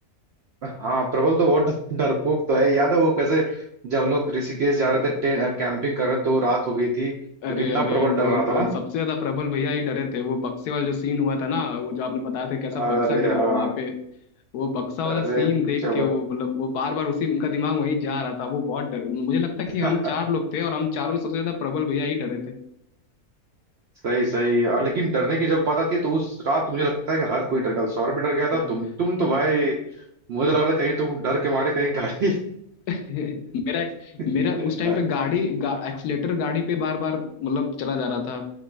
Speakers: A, on the right; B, on the left.
A: हाँ प्रबल तो बहुत डर- डरपोक तो है याद है वो कैसे जब हम लोग ऋषिकेश जा रहे थे कैंपिंग कर रहे थे तो रात हो गई थी तो
B: अरे
A: कितना
B: अरे
A: प्रबल
B: वो
A: डर रहा था
B: तो
A: ना
B: सबसे ज्यादा प्रबल भैया ही डरे थे वो बक्से वाला जो सीन हुआ था ना वो जो आपने बताया था कैसा
A: अरे
B: बक्सा गिरा
A: हाँ
B: हुआ वहां पे वो बक्सा वाला
A: अरे
B: सीन
A: पूछो
B: देख के
A: मत
B: वो मतलब वो बार बार उसी उनका दिमाग वहीं जा रहा था वो बहुत डर मुझे लगता है
A: <laughs>
B: कि हम चार लोग थे और हम चारों में सबसे ज्यादा प्रबल भैया ही डरे थे
A: सही सही और लेकिन डरने की जब बात आती है तो उस रात मुझे लगता है कि हर कोई डर गया था सौरभ भी डर गया था
B: हाँ।
A: तुम तुम तो भाई मुझे लग रहा था कहीं तुम डर के मारे कहीं गाड़ी
B: <laughs> मेरा
A: <laughs>
B: मेरा उस टाइम पे गाड़ी गा, एक्सीलेटर गाड़ी पे बार बार मतलब चला जा रहा था